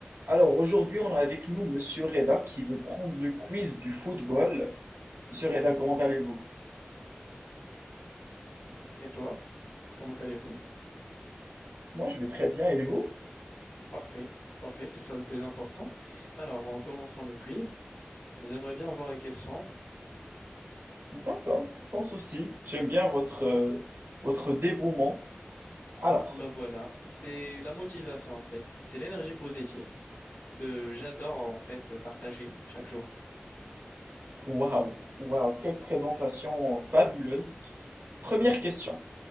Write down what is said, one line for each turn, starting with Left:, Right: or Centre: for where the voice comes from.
Right: Alors aujourd'hui, on a avec nous Monsieur Reda qui veut prendre le quiz du football. Monsieur Reda, comment allez-vous?
Left: Et toi, comment allez-vous?
Right: Moi, je vais très bien et vous?
Left: Parfait, parfait, c'est ça le plus important. Alors, en commençant le quiz, j'aimerais bien avoir les questions.
Right: D'accord, sans souci. J'aime bien votre, euh, votre dévouement. Alors,
Left: Bah voilà, c'est la motivation en fait, c'est l'énergie positive que j'adore en fait partager chaque jour.
Right: waouh, waouh, quelle présentation euh, fabuleuse. Première question.